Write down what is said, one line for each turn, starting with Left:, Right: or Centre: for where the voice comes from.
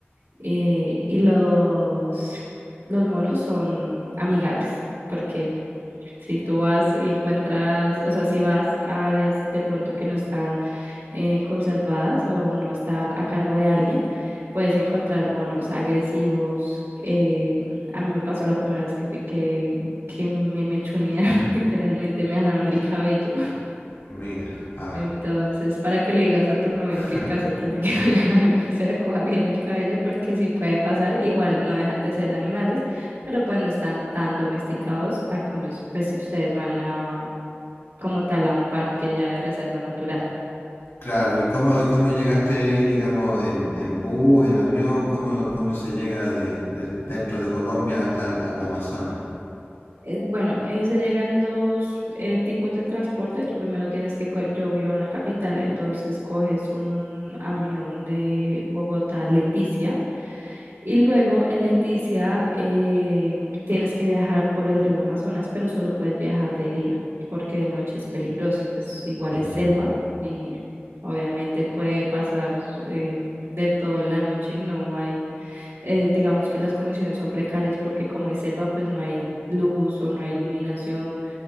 Right: eh, y los, los monos son amigables. porque si tú vas y encuentras, o sea, si vas a áreas de pronto que no están eh, conservadas o no están a cargo de alguien, puedes encontrar monos agresivos. eh, a mí me pasó la primera vez que fui que, que me mechonearon, <laughs> literalmente me jalaban el cabello.
Left: Mira. Ah,
Right: Entonces, para que le digas a tu novia
Left: <laughs>
Right: que en caso tal de que <laughs> vayan a venir, se recoja bien el cabello, porque sí puede pasar, igual no dejan de ser animales, pero pues no están tan domesticados. A cambio, pues si ustedes van a como tal a un parque ya de reserva natural.
Left: Claro, ¿y cómo, y cómo llegaste ahí, digamos, en, en bus, en avión? ¿Cómo, cómo se llega de, de- dentro de Colombia hasta el al Amazonas?
Right: Eh, bueno, eh, se llegan dos eh, tipos de transporte. Tú primero tienes que coger, yo vivo en la capital, entonces coges un avión de Bogotá a Leticia y luego en Leticia em, tienes que viajar por el río Amazonas, pero solo puedes viajar de día porque de noche es peligroso, pues igual es
Left: Mm,
Right: selva y obviamente puede pasar em, de todo en la noche, no hay eh, digamos que las condiciones son precarias porque como es selva, pues no hay luz o no hay iluminación